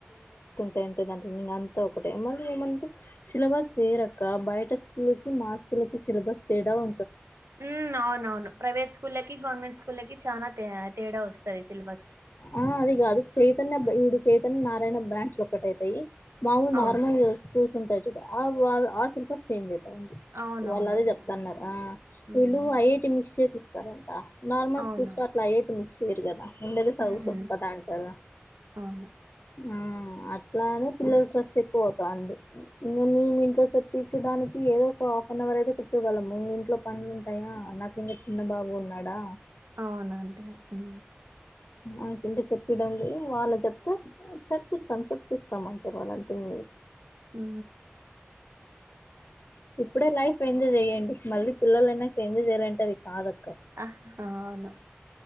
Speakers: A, on the left; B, on the right.
A: టెన్త్ డానికి నేనన్ తా ఒక్కటే మళ్ళీ ఏమంటే సిలబస్ వేరక్క బయట స్కూల్కి, మా స్కూళ్ళకి సిలబస్ తేడా ఉ
B: ఉమ్ నవునవును ప్రైవేట్ స్కూల్లకి, గవర్నమెంట్ స్కూల్లకి చానా తే తేడా వస్తది సిలబస్
A: ఆ అది కాదు చైతన్య బె
B: ఉమ్,
A: ఇడు చైతన్య నారాయణ బ్రాండ్ స్లో కటయితాయి మావులు
B: అవును
A: నార్మల్గా స్ కూల్స్ ఉంటాయి చూడు ఆ వాగా ఆ సిల్పస్ చేంజ్ అ
B: అవునవును
A: వాళ అదే
B: ఉమ్
A: చెప్తన్నారు ఆ
B: ఉమ్
A: వీళ్ళు ఐఐటి మిక్స్ చేసి ఇస్తారంట నార్మల్
B: అవునవును
A: సూస్కో అట్లా ఏటిన్ చేయరు కదా ఉండేది చదువు
B: ఉమ్
A: సోప్పదా అంటారు
B: అవును
A: ఆ అట్లానే పిల్లలుకు స్ట్రెస్ ఎక్కువ అవుతంది. ఇంగా మీ మీ ఇంట్లో చేప్పించడానికి ఏదో ఒక హాఫ్ అన్ అవర్ అయితే కూర్చో గలము ఇంట్లో పనులు ఉంటాయా, నాకు ఇంకా చిన్న బాబు ఉన్నాడా
B: అవునాంటే మ్
A: మాకి ఇంటి చెప్పడం లేదు వాళ్ళ చెప్తే చెప్పిస్తాం చప్పిస్తామ అంటారు వాళ్ళ అంతే మీ
B: మ్
A: ఇప్పుడే లైఫ్ ఎంజయ్ చేయండి. మళ్ళీ పిల్లల అయినాక ఎంజయ్ చేయాలంటే అది కాదు.
B: హ అవును